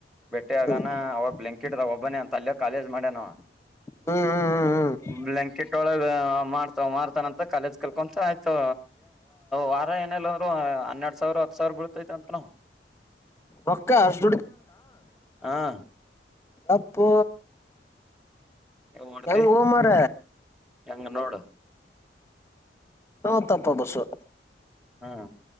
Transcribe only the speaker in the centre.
ಬೆಟ್ಟೆ ಆಗನ
ಅವ ಬ್ಲಾಂಕೆಟ್ ಒಬ್ಬನ ಅಂತ ಅಲ್ಲಯ ಕಾಲೇಜ್ ಮಾಡ್ಯನವ
ಬ್ಲಯಂಕೆಟ್ ಒಳಗೆ ಮಾಡ್ತ ಮಾರತಾನಂತ ಕಾಲೇಜ್ ಕಲ್ಕೊಂತ ಆಯ್ತು ವಾರ ಏನಲ್ಲ್ರು ಹನ್ನೆರಡು ಸಾವಿರ ಹತ್ತು ಸಾವಿರ ಬಡ್ತೈತೆ ಅಂತ ನ
ಹಾಂ
ನೀವ್ ಮಾಡ್ತಿ
ಹೆಂಗ ನೋಡು
ಹಾ